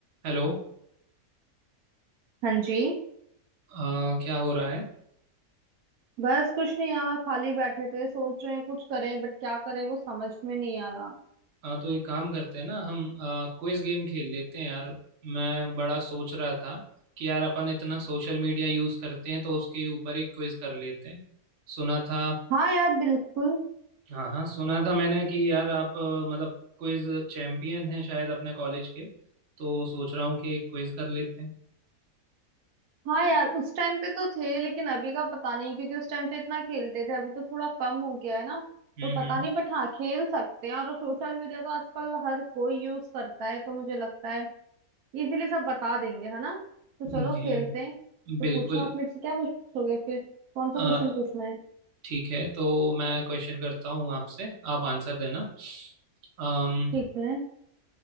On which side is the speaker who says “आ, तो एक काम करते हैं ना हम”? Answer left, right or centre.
Right